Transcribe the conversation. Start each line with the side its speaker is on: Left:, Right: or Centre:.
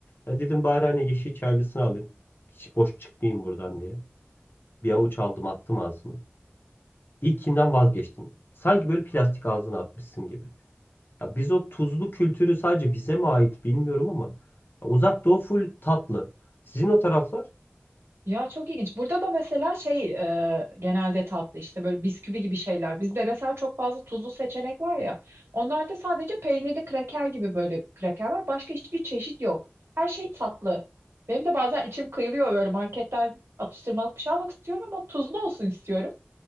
Left: Ya dedim bari hani yeşil çaylısını alayım. Hiç boş çıkmayayım buradan diye. Bir avuç aldım attım ağzıma. İlkinden vazgeçtim. Sanki böyle plastik ağzına atmışsın gibi. Ya biz o tuzlu kültürü sadece bize mi ait bilmiyorum ama ya Uzak Doğu full tatlı. Sizin o taraflar?
Right: Ya çok ilginç. Burada da mesela şey e, genelde tatlı işte böyle bisküvi gibi şeyler. Bizde mesela çok fazla tuzlu seçenek var ya. Onlarda sadece peynirli kraker gibi böyle kraker var. Başka hiçbir çeşit yok. Her şey tatlı. Benim de bazen içim kıyılıyor böyle marketten atıştırmalık bir şey almak istiyorum ama tuzlu olsun istiyorum.